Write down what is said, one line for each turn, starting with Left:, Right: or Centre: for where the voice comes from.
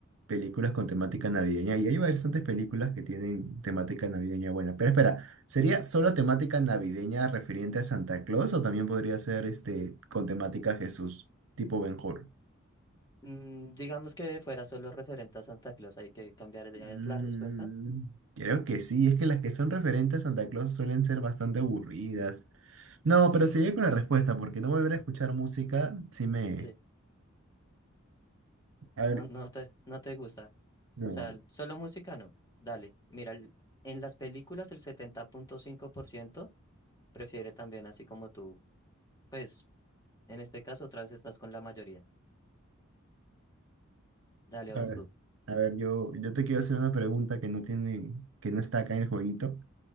Right: películas con temática navideña y hay bastantes películas que tienen temática navideña buena. Pero espera, ¿sería solo temática navideña referente a Santa Claus o también podría ser este con temática Jesús, tipo Ben-Hur?
Left: Mm, digamos que fuera solo referente a Santa Claus, hay que cambiar de
Right: Mm,
Left: es la respuesta.
Right: creo que sí, es que las que son referentes a Santa Claus suelen ser bastante aburridas. No, pero seguiré con la respuesta porque no volver a escuchar música, sí me...
Left: Sí.
Right: A
Left: No,
Right: ver,
Left: no te, no te gusta.
Right: no.
Left: O sea, el- solo música no. Dale, mira, el- en las películas el setenta punto cinco por ciento prefiere también así como tú. Pues, en este caso otra vez estás con la mayoría. Dale,
Right: A
Left: vas
Right: ver,
Left: tú.
Right: a ver, yo, yo te quiero hacer una pregunta que no tiene, que no está acá en el jueguito.